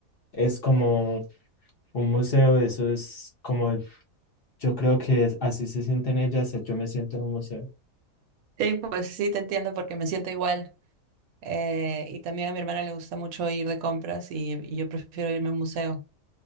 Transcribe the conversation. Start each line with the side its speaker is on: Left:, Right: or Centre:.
Left: es como un museo, eso es como yo creo que es- así se sienten ellas, yo me siento en un museo.
Right: Sí, pues sí, te entiendo porque me siento igual. Eh, y también a mi hermana le gusta mucho ir de compras y, y yo prefiero irme a un museo.